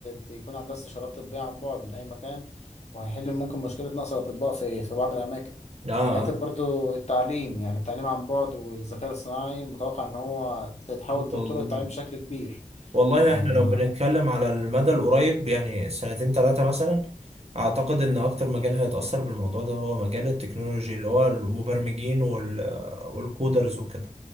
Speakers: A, on the left; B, on the right.
A: ت- يكون عندها استشارات طبية عن بعد من أي مكان وهيحل ممكن مشكلة نقص الأطباء في في بعض الأماكن
B: اه آه.
A: حتى برضو التعليم يعني التعليم عن بعد والذكاء الصناعي متوقع إن هو تتحول طرق
B: وال-
A: التعليم بشكل كبير
B: والله
A: آه
B: احنا لو بنتكلم على المدى القريب يعني سنتين ثلاثة مثلا اعتقد ان اكتر مجال هيتأثر بالموضوع ده هو مجال التكنولوجي اللي هو المبرمجين وال والكودرز وكده